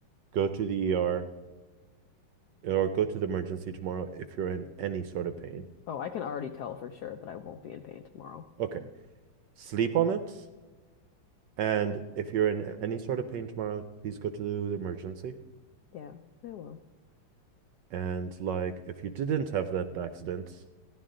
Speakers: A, on the right; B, on the left.
A: go to the ER or go to the emergency tomorrow if you're in any sort of pain.
B: Oh, I can already tell for sure that I won't be in pain tomorrow.
A: Okay. Sleep on it. And if you're in any sort of pain tomorrow, please go to the emergency.
B: Yeah, I will.
A: And like, if you didn't have that accident,